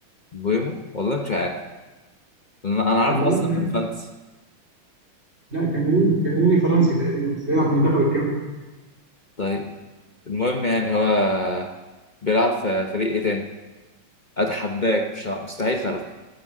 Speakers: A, on the left (about 60°); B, on the right (about 30°).
A: بويمو والله مش عارف انا أنا عارفه
B: كاميروني
A: اصلا
B: يعني.
A: من فانتسي
B: لا كاميروني كاميروني فرنسي تقريبا بس بيلعب في منتخب الكاميرون
A: طيب المهم يعني هو بيلعب في فريق ايه تاني اتحداك مش ع- مستحيل تعرف